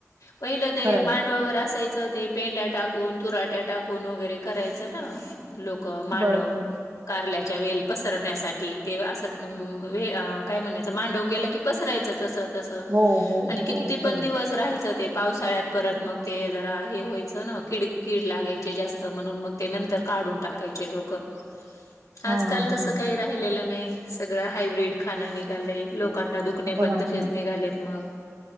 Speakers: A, on the left; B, on the right.
A: पहिलं ते
B: खरं आहे
A: मांडवावर असायचं ते पेंड्या टाकून, तुराट्या टाकून वगैरे करायचं ना लोकं मांडव.
B: बरोबर आहे
A: कारल्याच्या वेल पसरण्यासाठी, ते असं मावे अ काय म्हणायचं मांडव गेलं की पसरायचं तसं तसं.
B: हो हो
A: आणि
B: हो,
A: किती पण
B: बरोबर.
A: दिवस राहायचं ते पावसाळ्यात परत मग ते जरा हे व्हायचं ना, किड कीड लागायची जास्त म्हणून मग ते नंतर काढून टाकायचे लोकं.
B: <inaudible>
A: आजकाल तसं
B: हा हो
A: काही राहिलेलं नाही, सगळं हायब्रीड खाणं निघालंय. लोकांना दुखणे पण
B: ना
A: तसेच
B: हो ना
A: निघालेत मग.